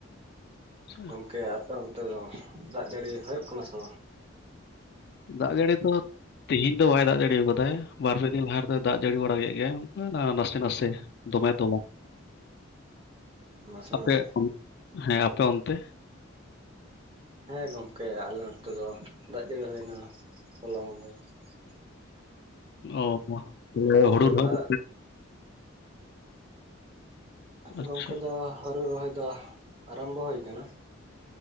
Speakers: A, on the left; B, on the right.
A: ᱟᱪᱪᱷᱟ,
B: ᱜᱚᱢᱠᱮ ᱚᱱᱛᱮ ᱫᱚ ᱫᱟᱜ ᱡᱟᱹᱲᱤ ᱦᱩᱭᱩᱜ ᱠᱟᱱᱟ ᱥᱮ ᱵᱟᱝ?
A: ᱫᱟᱜ ᱡᱟᱹᱲᱤ ᱫᱚ ᱛᱮᱤᱦᱮᱧ ᱫᱚ ᱵᱟᱭ ᱫᱟᱜ ᱡᱟᱹᱲᱤ ᱟᱠᱟᱫᱟᱭ ᱵᱟᱨ ᱯᱮ ᱫᱤᱱ ᱞᱟᱦᱟ ᱨᱮᱫᱚᱭ ᱫᱟᱜ ᱡᱟᱹᱲᱤ ᱵᱟᱲᱟ ᱠᱮᱫ ᱜᱮᱟᱭ ᱚᱱᱠᱟ ᱱᱟᱥᱮ-ᱱᱟᱥᱮ ᱫᱚᱢᱮ ᱫᱚ
B: ᱱᱟᱥᱮ
A: ᱟᱯᱮ
B: ᱱᱟᱥᱮ?
A: ᱦᱮᱸ ᱟᱯᱮ ᱚᱱᱛᱮ
B: ᱦᱮᱸ ᱜᱚᱝᱠᱮ ᱟᱞᱮ ᱱᱚᱛᱮ ᱫᱚ ᱫᱟᱜ ᱡᱟᱹᱲᱤ ᱦᱩᱭᱱᱟ ᱦᱚᱞᱟ ᱢᱟᱦᱫᱮᱨ <inaudible>
A: ᱚᱸ ᱦᱚᱸ
B: ᱧᱤᱫᱟᱹ
A: ᱦᱩᱲᱩ ᱨᱮᱦᱚᱸᱭ
B: ᱵᱮᱲᱟ
A: ᱟᱪᱪᱷᱟ
B: ᱜᱚᱝᱠᱮ ᱫᱚ ᱦᱩᱲᱩ ᱨᱚᱦᱚ-ᱭ ᱫᱚ᱾ ᱟᱨᱟᱢᱵᱚ ᱦᱳᱭ ᱟᱠᱟᱱᱟ᱾